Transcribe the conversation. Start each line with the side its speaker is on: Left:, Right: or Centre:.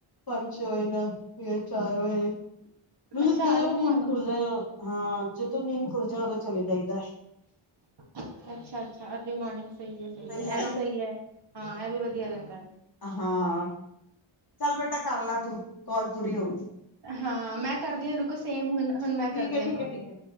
Left: ਪੰਜ-ਛੇ ਵਜੇ, ਫਿਰ ਚਾਰ ਵਜੇ। ਮਤਲਬ
Right: ਅੱਛਾ
Left: ਜਦੋਂ
Right: ਅਰਲੀ
Left: ਨੀਂਦ
Right: ਮੋਰਨਿੰਗ
Left: ਖੁੱਲ ਜਾਏ ਆ ਜਦੋਂ ਨੀਂਦ ਖੁੱਲ ਜੇ ਉਦੋਂ ਚਲੇ ਜਾਈਦਾ।
Right: ਅੱਛਾ-ਅੱਛਾ, ਅਰਲੀ ਮੋਰਨਿੰਗ ਸਹੀ ਐ ਸਹੀ ਐ।
Left: ਹੈ
Right: ਇਹ ਵੀ
Left: ਨਾ
Right: ਸਹੀ ਐ ਹਾਂ ਇਹ ਵੀ ਵਧੀਆ ਰਹਿੰਦੈ।
Left: ਹਾਂ, ਚੱਲ ਬੇਟਾ ਕਰ ਲੈ ਤੂੰ ਕੋਲ ਪੂਰੀ ਹੋਗੀ।
Right: ਹਾਂ, ਮੈਂ ਕਰਦੀ ਹਾਂ ਰੁਕੋ ਸੇਮ ਹੁ ਹੁਣ
Left: ਠੀਕ
Right: ਮੈਂ ਕਰਦੀ
Left: ਹੈ ਠੀਕ
Right: ਹਾ ਕੌਲ।
Left: ਹੈ ਠੀਕ ਹੈ